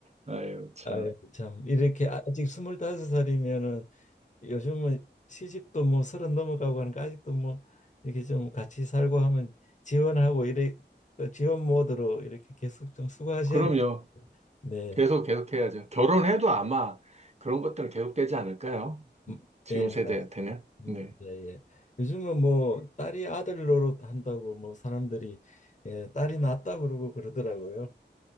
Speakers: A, on the right; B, on the left.
A: 아유, 참.
B: 아유, 참 이렇게 아직 스물다섯 살이면은 요즘은 시집도 뭐 서른 넘어가고 하니까 아직도 뭐 이렇게 좀 같이 살고 하면 지원하고 이래 또 지원 모드로 이렇게 계속 좀 수고하셔야겠.
A: 그럼요.
B: 네,
A: 계속, 계속 해야죠. 결혼해도 아마 그런 것들은 계속되지 않을까요? 음,
B: 음,
A: 지금
B: 예,
A: 세대한테는.
B: 맞습니다.
A: 네.
B: 예, 예. 요즘은 뭐 딸이 아들 노릇 한다고 뭐 사람들이 예, 딸이 낳았다 그러고 그러더라고요.